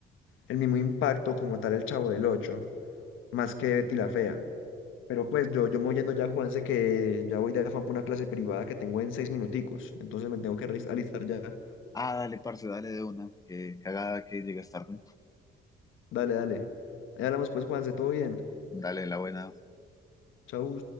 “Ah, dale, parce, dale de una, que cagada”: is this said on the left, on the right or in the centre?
Left